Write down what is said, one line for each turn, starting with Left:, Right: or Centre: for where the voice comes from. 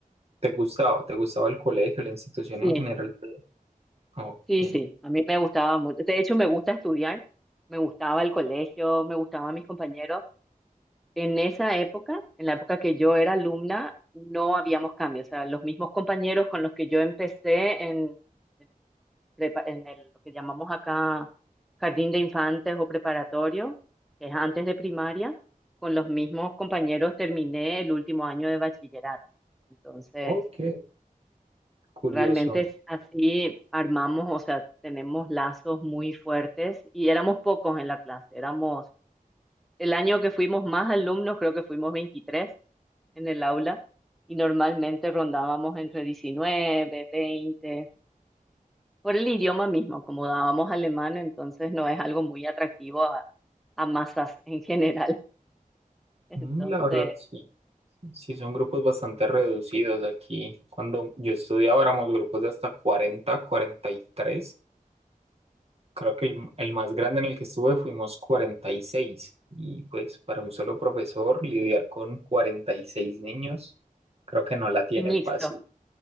Right: ¿Te gustaba? ¿Te gustaba el colegio, la institución
Centre: Sí,
Right: en general? Ok.
Centre: sí, sí, a mí me gustaba mucho. De hecho, me gusta estudiar, me gustaba el colegio, me gustaban mis compañeros En esa época, en la época que yo era alumna, no habíamos cambios. O sea, los mismos compañeros con los que yo empecé en, en prepa- en el- lo que llamamos acá jardín de infantes o preparatorio, que es antes de primaria, con los mismos compañeros terminé el último año de bachillerato. Entonces,
Right: Ok, curioso.
Centre: realmente es así armamos, o sea, tenemos lazos muy fuertes y éramos pocos en la clase. Éramos, el año que fuimos más alumnos, creo que fuimos 23 en el aula y normalmente rondábamos entre 19 20 por el idioma mismo, como dábamos alemán, entonces no es algo muy atractivo a, a masas en general. <laughs> Entonces,
Right: Mm, La verdad, sí. Sí, son grupos bastante reducidos aquí. Cuando yo estudiaba éramos grupos de hasta cuarenta, cuarenta y tres. Creo que el, m- el más grande en el que estuve fuimos cuarenta Y seis. Y pues para un solo profesor lidiar con 46 niños, creo que no la tiene
Centre: y mixto,
Right: fácil.